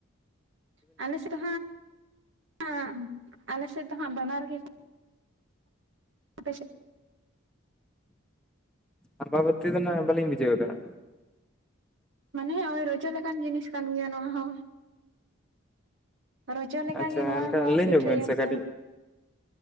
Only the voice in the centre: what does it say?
ᱟᱢᱵᱟᱵᱚᱛᱤ ᱫᱚ ᱱᱟᱜ ᱵᱟᱞᱤᱧ ᱵᱩᱡᱷᱟᱹᱣ ᱮᱫᱟ ᱾
ᱟᱪᱪᱷᱟ
ᱮᱱᱠᱷᱟᱱ
ᱞᱟᱹᱭ
ᱧᱚᱜ ᱵᱤᱱ ᱥᱮ ᱠᱟᱹᱴᱤᱡ